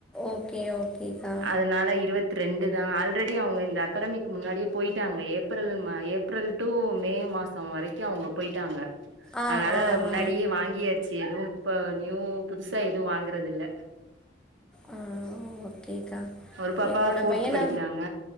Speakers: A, in the centre; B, on the right.
A: ஓகே ஓகேக்கா
B: அதனால இருபத் ரெண்டு தா ஆல்ரெடி அவங்க இந்த அக்காடமிக்கு முன்னாடியே போயிட்டாங்க ஏப்ரல் ம ஏப்ரல் டூ மே மாசோ த வரைக்கு அவங்க போயிட்டாங்க
A: ஆ
B: அதனால
A: ஆ
B: முன்னாடியே
A: ஆ
B: வாங்கியாச்சு எதும் இப்ப நியூ புதுசா எதும் வாங்குறது இல்ல
A: ஆ ஓகேக்கா
B: ஒரு பாப்பா
A: என்னோட
B: ஃபோர்த்
A: பையன
B: படிக்கிறாங்க